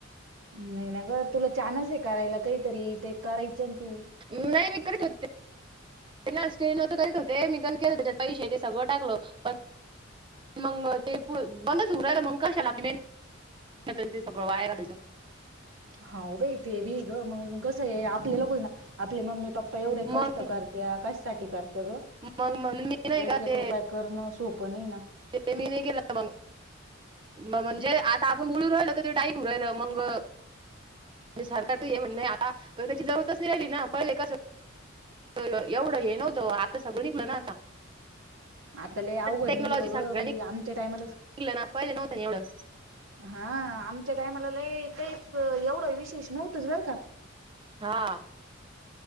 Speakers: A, on the right; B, on the right.
A: नाही ना ग तुला छानच आहे करायला काहीतरी ते करायचं ना तू
B: नाही मी करीत होते स्टेज करत होते. ते मीघण केलं त्याच्या पैसे ते सगळं टाकलं प मग ते बंदच उ राहि मग कशालाली मे. त्यां सगळ वायायलाो.
A: हा बे ते बी ग मगजून कसं आहे. आपले लोक ना आपले मम्मी पप्पा एवढे कष्ट
B: मग
A: करते कशसाठी करते ग
B: मग म्हणून मी नाही का
A: एक
B: ते
A: एक रुप करणं सोपं नाही ना.
B: ते मी नाही केलं मग म्हणजे आता आपण बोलून राहिल तर ते डाईप राहिलं मग. म्हणजे सरकार त हे म्हण आता त्याची जरतच नाही राहिली ना पहिले कस. एवढं हे नव्हतं आता सगळी पण आता.
A: आता ल अवघड
B: टेक्नॉलॉजी
A: निघलं
B: सगळ्यांनी
A: ग बा आमच्या टायमालाच.
B: ना पाहि न होतनी एवढं.
A: हा आमच्या टायमाला ल काहीच एवढं विशेष नव्हतच बरं का.
B: हा.